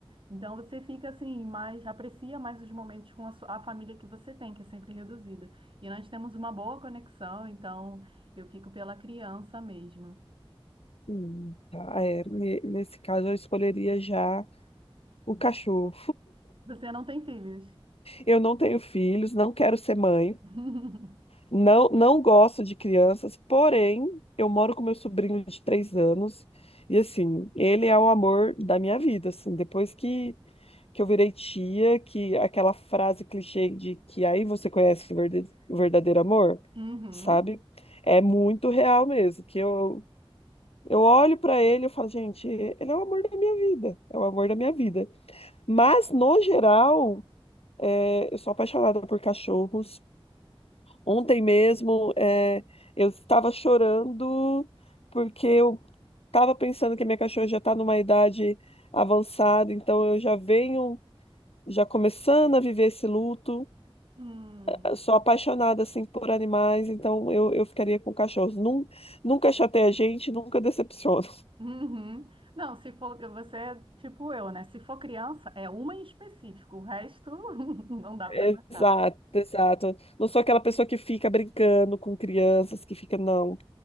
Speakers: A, on the right; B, on the left.
A: então você fica assim, mais aprecia mais os momentos com a, su- a família que você tem, que é sempre reduzida. E nós temos uma boa conexão, então eu fico pela criança mesmo.
B: Hum, tá, é, ne- nesse caso, eu escolheria já o cachorro.
A: Você não tem filhos?
B: Eu não tenho filhos, não quero ser mãe.
A: <laughs>
B: Não, não gosto de crianças, porém, eu moro com meu sobrinho de três anos e, assim, ele é o amor da minha vida, assim, depois que, que eu virei tia, que aquela frase clichê de que aí você conhece o verde- o verdadeiro amor,
A: Uhum.
B: sabe? É muito real mesmo, que eu, eu olho pra ele e eu falo, gente, ele é o amor da minha vida, é o amor da minha vida. Mas, no geral, é, eu sou apaixonada por cachorros, Ontem mesmo, é, eu estava chorando porque eu estava pensando que a minha cachorra já está numa idade avançada, então eu já venho, já começando a viver esse luto.
A: Hum,
B: Eu Sou apaixonada assim por animais, então eu, eu ficaria com cachorros. Nun- Nunca chateia a gente, nunca decepciona.
A: uhum. Não, se for, você é tipo eu, né? Se for criança, é uma em específico, o resto <laughs> não
B: <laughs>
A: dá para aguentar.
B: Exato, exato. Não sou aquela pessoa que fica brincando com crianças, que fica, não.